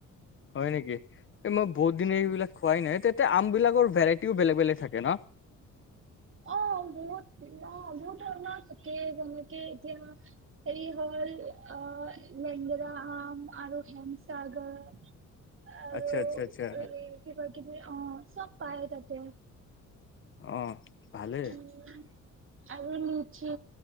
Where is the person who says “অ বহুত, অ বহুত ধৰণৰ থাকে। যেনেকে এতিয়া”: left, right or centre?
Right